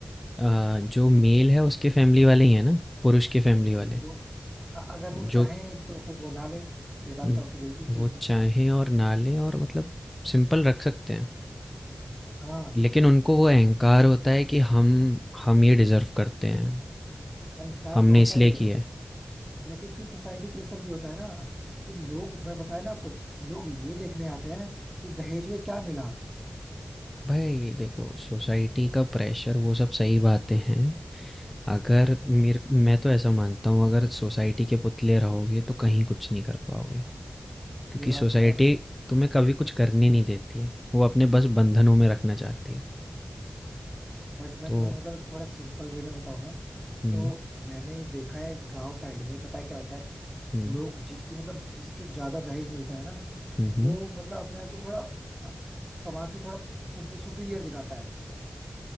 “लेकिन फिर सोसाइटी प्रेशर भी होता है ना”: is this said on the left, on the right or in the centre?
Right